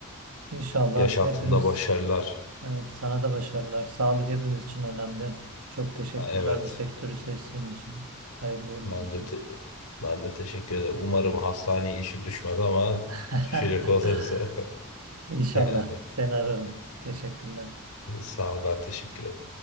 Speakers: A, on the right; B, on the left.
A: İnşallah
B: Yaşantında
A: hepimiz,
B: başarılar.
A: evet sana da başarılar. Sağlık hepimiz için önemli. Çok teşekkürler
B: Ha, Evet.
A: bu sektörü seçtiğin için. Hayırlı uğurlu
B: Ben
A: olsun.
B: de te- ben de teşekkür ederim. Umarım hastaneye işin düşmez ama
A: <laughs>
B: düşecek olursa <laughs>
A: İnşallah
B: yani
A: seni ararım. Teşekkürler.
B: sağ ol ben teşekkür ederim.